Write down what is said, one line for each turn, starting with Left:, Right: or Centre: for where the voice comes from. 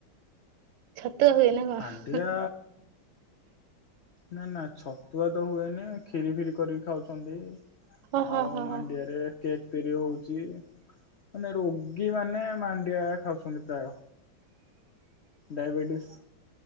Right: ଛ ତ ହୁଏ ନା କଣ?
Left: ମାଣ୍ଡିଆ ନା ନା ଛତୁଆ ତ ହୁଏନି କ୍ଷୀରି ଫିରି କରିକି ଖାଉଛନ୍ତି।
Right: ଓହୋ
Left: ଆଉ
Right: ହୋ
Left: ମାଣ୍ଡିଆରେ
Right: ହୋ
Left: କେକ୍ ତିରି ହଉଛି। ମାନେ ରୋଗୀ ମାନେ ମାନ କିଆ ଖାଉଛନ୍ତି ପ୍ରାୟ। ଡାଇବେଟିସି